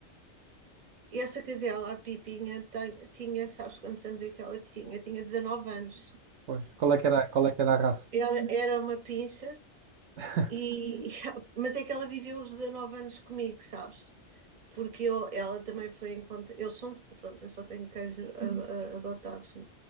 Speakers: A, on the right; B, on the right.
A: E essa cadela, a Pipinha, tem- tinha, sabes quantos anos é que ela tinha? Tinha 19 anos.
B: Pois. Qual é que era, qual é que era a raça?
A: Era, era uma pincher,
B: <laughs>
A: e, <laughs> e- mas é que ela viveu os 19 anos comigo, sabes? Porque eu, ela também foi encontrada. Eu sou, pronto, eu só tenho cães a- a- adotados. né?